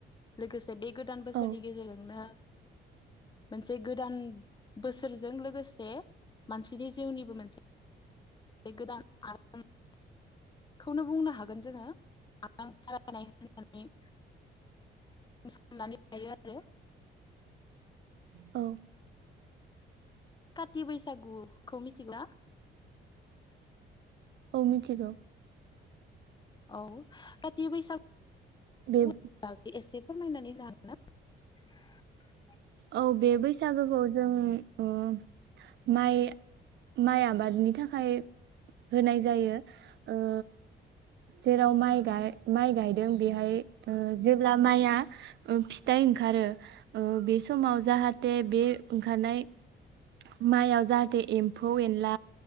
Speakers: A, on the left; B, on the right.
A: लोगो से बे गोदान बोसोरनि
B: औ
A: गेजेरजोंनो मोनसे गोदान बोसोरजों लोगोसे मानसिनि जिउनिबो मोनसे बे गोदान <unintelligible> खौनो बुंनो हागोन जोङो <unintelligible> होननानै उन संनानै थायो आरो
B: औ
A: काथि बैसागुखौ मिथिगौना?
B: औ मिथिगौ।
A: औ काथि बैसागु
B: बेब
A: <unintelligible> एसे फोरमायनानै <unintelligible>
B: औ बे बैसागोखौ जों उम माइ माइ आबादनि थाखाय होनाय जायो। ओ जेराव माइ गाय माइ गायदों बेहाय ओ जेब्ला माइआ ओ फिथाइ ओंखारो ओ बे समाव जाहाथे बे ओंखारनाय माइयाव जाहाथे एम्फौ एनला